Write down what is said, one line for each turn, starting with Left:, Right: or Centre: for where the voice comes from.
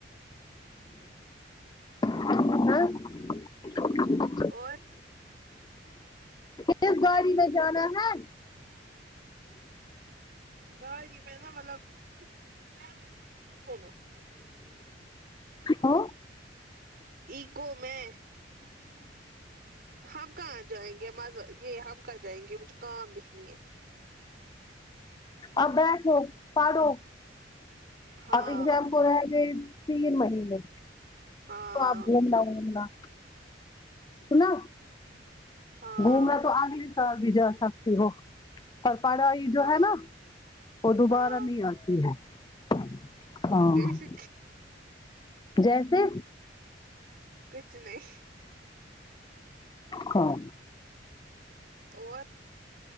Left: ہ
Right: اور
Left: کس گاڑی میں جانا ہے
Right: گاڑی میں نا مطلب <inaudible> میں
Left: ہاں
Right: اءکو میں ہم کہاں جائیں گے مز یہ ہم کہاں جائیں گے مجھے کام لکھنی ہے
Left: اور بیٹھو پڑھو
Right: ہاں
Left: اپ ایگزام کو رہے گے تین مہینے
Right: ہاں
Left: تو آپ گھر نہ گومنا سنا
Right: ہاں
Left: گھومنا تو اگلے سال بھی جا سکتی ہو اور پڑھائی یہ
Right: ہاں
Left: جو ہے نا وہ دوبارہ
Right: ہاں
Left: نہیں آتی ہے ہاں
Right: جیسے
Left: جیسے
Right: کچھ نہیں
Left: ہاں
Right: اور